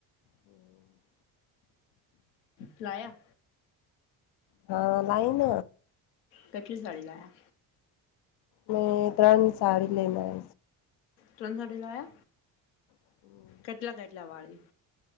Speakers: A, on the left; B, on the left.
A: હમ
B: ફલાયા
A: હા લાઈન
B: કેટલી સાડીી લાયા
A: મે ત્રણ સાડી લેના
B: ત્રણસયા
A: છું
B: કેટલા કેટલા વાળી